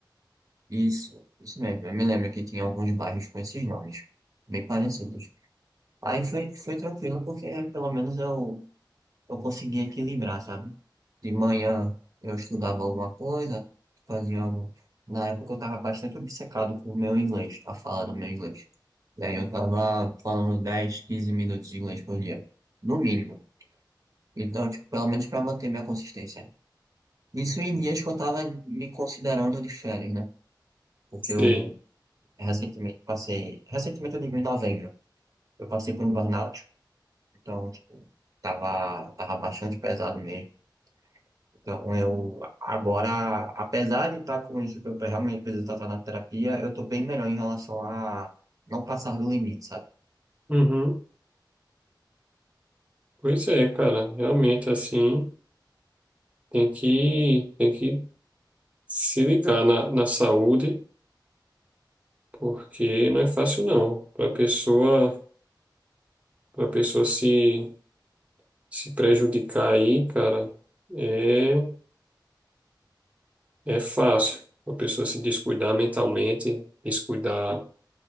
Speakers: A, on the right; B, on the right.
A: Isso, isso mesmo. Eu me lembro que tinha alguns bairros com esses nomes, bem parecidos. Aí foi, foi tranquilo, porque pelo menos eu, eu conseguia equilibrar, sabe? De manhã eu estudava alguma coisa, fazia algo. Na época eu tava bastante obcecado com o meu inglês, a fala do meu inglês. E aí eu tava falando 10 15 minutos de inglês por dia, no mínimo. Então, tipo, pelo menos para manter minha consistência. Isso em dias que eu tava me considerando de férias, né? Porque
B: Sei.
A: eu Recentemente passei, recentemente eu digo em novembro, eu passei por um burnout, então, tipo, tava, tava bastante pesado mesmo. Então, eu agora, apesar de estar com isso que eu realmente preciso tratar na terapia, eu tô bem melhor em relação a não passar do limite, sabe?
B: Uhum. Pois é, cara. Realmente, assim, tem que, tem que se ligar na, na saúde, porque não é fácil não. Para pessoa, para pessoa se se prejudicar aí, cara, é é fácil. A pessoa se descuidar mentalmente, descuidar